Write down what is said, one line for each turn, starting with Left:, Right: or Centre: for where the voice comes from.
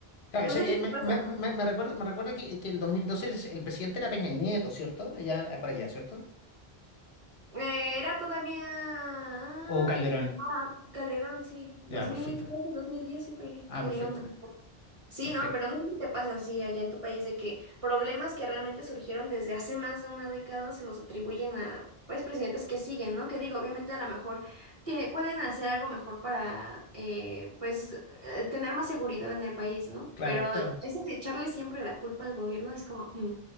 Left: Claro,
Right: No
Left: sí,
Right: sé
Left: eh,
Right: si
Left: me,
Right: te pasa.
Left: me, me, me recuerda, me recuerda que, que el 2012 el, el presidente era Peña Nieto, ¿cierto? Allá, para allá, ¿cierto?
Right: Eh, era todavía ah,
Left: O Calderón.
Right: ah, Calderón, sí, dos
Left: Ya, perfecto.
Right: mil doce, dos mil diez sí, por ahí,
Left: Ah,
Right: Calderón.
Left: perfecto.
Right: ajá. Sí,
Left: Perfecto.
Right: no, pero no sé si te pasa así allá en tu país de que problemas que realmente surgieron desde hace más de una década se los atribuyen a, pues, presidentes que siguen, ¿no? Que digo, obviamente a lo mejor tie- pueden hacer algo mejor para, eh, pues, eh, tener más seguridad en el país, ¿no?
Left: Claro,
Right: Pero
Left: claro.
Right: eso de echarle siempre la culpa al gobierno es como, mm,